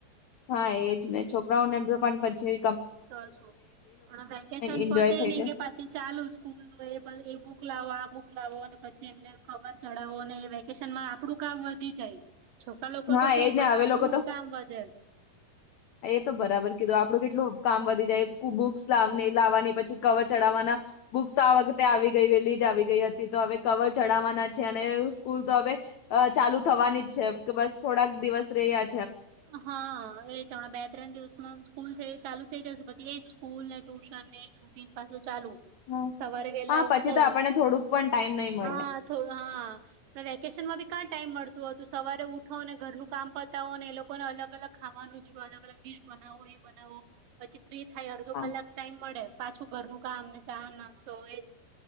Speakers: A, on the left; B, on the right.
A: હા, એજ ને છોકરાઓ ને ભી પણ પછે
B: તો શું પણ વેકેશન
A: એન્જોય
B: પતે
A: થઈ
B: નહી
A: જાય
B: કે પાછી ચાલુ સ્કૂલ નો એ એ બુક લાવો આ બુક લાવો અને પછી એમને ખબર ચડાવો અને એ શનમાં આપડું કામ વધી જાય. છોકરા લોકો
A: હા
B: તો ફ્રી
A: એજ
B: પણ
A: ને હવે
B: આપડું
A: લોકો તો,
B: કામ વધે
A: એ તો બરાબર કીધું આપડું કેટલું કામ વધી જાય બુક્સ લાવ લાવવાની પછી કવર ચડાવવાના, બુક્સ તો આ વખતે આવી ગઈ વેલી જ આવી ગઈ હતી તો હવે કવર ચડાવવાના છે અને સ્કૂલ તો હવે, ચાલુ થવાની જ છે કે બસ થોડાક દિવસ રેય
B: હા એ જ હમણાં બે ત્રણ દિવસમાં સ્કૂલ થઈ ચાલુ થઇ જશે પછી એજ. સ્કૂલ ને ટ્યુશન ને જ રૂન પાસે ચાલુ,
A: હા
B: સવારે વેલા ઉઠો
A: પછી તો આપણને થોડુંક પણ ટાઈમ નહી
B: હા
A: મળે
B: થોડ હા વેકેશનમાં ભી કા ટાઈમ મળતું હતું સવારે ઉઠો ને ઘરનું કામ પતાવો ને એ લોકો લોકોને અલગ અલગ ખાવાનું જો અલગ અલગ ડિશ બનાવો એ બનાવો, પછી ફ્રી થાય અડધો
A: હા
B: કલાક ટાઈમ મળે. પાછું ઘરનું કામને ચાહ નાસ્તો હો એ જ.